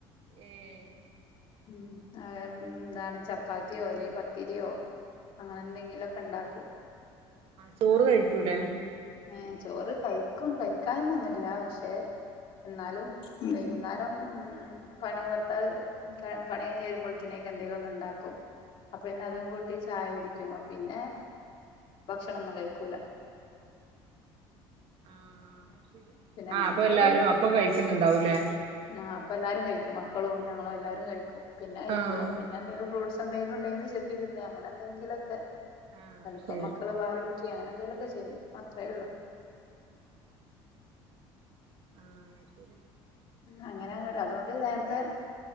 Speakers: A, on the right; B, on the left.
A: ഏഹ്
B: ഉം അ എന്താണ് ചപ്പാത്തിയോ അല്ലെൽ പത്തിരോ. അങ്ങനെന്തെങ്കിലൊക്കെ ഇണ്ടാക്കും.
A: ചോറ് കഴിക്കൂലെ?
B: ഏഹ് ചോറ് കഴിക്കും, കഴിക്കായ് മന്നുല്യ. പക്ഷെ. എന്നാലും വൈകുന്നേരം ഉം പണി ഭർത്താവ് പണിയ്ഞുവരുമ്പോൾത്തിനേക്ക് എന്തേലും ഒന്ന് ഉണ്ടാക്കും. അപ്പൊ പിന്നെ അതും കൂട്ടി ചായ കുടിക്കും. പിന്നെ ഭക്ഷണൊന്നും കഴീക്കൂല.
A: ആഹ് അത് ശരി
B: പിന്നെ എന്തെങ്കിലും
A: ആഹ് അപ്പൊ എല്ലാരും അപ്പം കഴിക്കുന്നുണ്ടാവും ലേ
B: ആഹ് അപ്പൊ എല്ലാരും കഴിക്കും മക്കളും ഞങ്ങളും എല്ലാരും കഴിക്കും പിന്നെ കഴിക്കൂല
A: ആഹ്
B: പി പിന്നെ എന്തെങ്കിലും ഫ്രൂട്ടസ് എന്തെിലും ഉണ്ടെങ്കിൽ ചെത്തി തിന്നെ, അങ്ങനെന്തെങ്കിലൊക്കെ
A: ആഹ്
B: ചിലപ്പോൾ
A: ശരി
B: മക്കള് പാൽ കുടി ക്കെ അങ്ങനെന്തേലൊക്കെ ചെയ്യും അത്രേ ഉള്ളൂ
A: ആഹ്
B: അങ്ങനെ അങ്ങനെ, അതുകൊണ്ട് നേരത്തെ